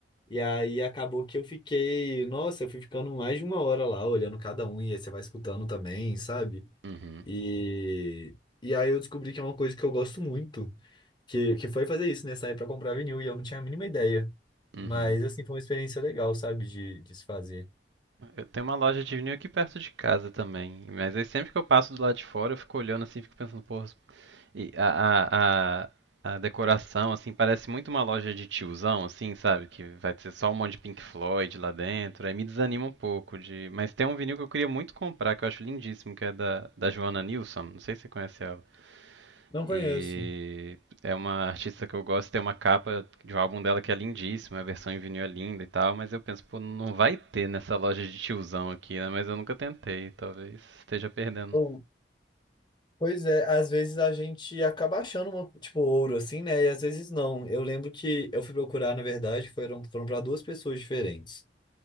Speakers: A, on the left (about 25°); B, on the right (about 85°).
A: E aí acabou que eu fiquei. Nossa, eu fui ficando mais de uma hora lá, olhando cada um, e aí você vai escutando também, sabe?
B: uhum,
A: E. E aí eu descobri que é uma coisa que eu gosto muito, que, que foi fazer isso, né? Sair pra comprar vinil, e eu não tinha a mínima ideia.
B: uhum.
A: Mas, assim, foi uma experiência legal, sabe, de, de se fazer.
B: Eu tenho uma loja de vinil aqui perto de casa também. Mas aí sempre que eu passo do lado de fora, eu fico olhando assim, fico pensando, pô, E a, a, a, a decoração, assim, parece muito uma loja de tiozão, assim, sabe? Que vai ter só um monte de Pink Floyd lá dentro. Aí me desanima um pouco de. Mas tem um vinil que eu queria muito comprar, que eu acho lindíssimo, que é da, da Joana Nilsson. Não sei se você conhece ela.
A: Não conheço.
B: E é uma artista que eu gosto, tem uma capa de um álbum dela que é lindíssima, a versão em vinil é linda e tal, mas eu penso, pô, não vai ter nessa loja de tiozão aqui, né? Mas eu nunca tentei, talvez esteja perdendo.
A: Ou- Pois é, às vezes a gente acaba achando, uma, tipo, ouro, assim, né? E às vezes não. Eu lembro que eu fui procurar, na verdade, foram, foram para duas pessoas diferentes.